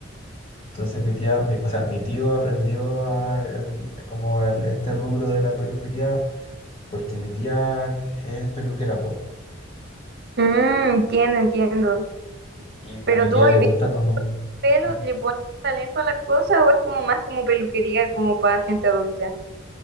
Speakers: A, on the left; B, on the right.
A: Entonces mi tía, mi- o sea, mi tío aprendió a- el- como el- este rubro de la peluquería porque mi tía es peluquera, pues,
B: Mm, entiendo, entiendo.
A: y
B: Pero
A: a mi
B: tú
A: tía
B: ahí
A: le gusta
B: ves
A: como...
B: pelo,
A: ah,
B: le pones talento a la cosa o es como más como peluquería como para gente adulta.